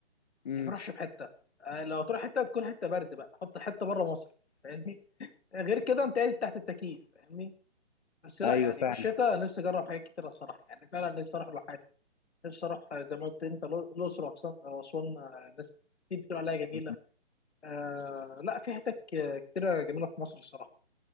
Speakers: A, on the left (about 40°); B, on the left (about 70°).
A: امم
B: ما يروحش في حته آه، لو تروح حته تكون حته برد بقى حط حته بره مصر فاهمني غير كده انت قاعد تحت التكييف فاهمني بس لا
A: ايوه
B: يعني
A: فعلا
B: في الشتاء نفسي اجرب حاجات كتير الصراحه يعني فعلا نفسي اروح الواحات نفسي اروح آه، زي ما قلت انت الأ- الاقصر وأقصان- واسوان آه، ناس كتير بتقول عليها جميله
A: مم.
B: آه لا في حتت ك- كتيره جميله في مصر الصراحه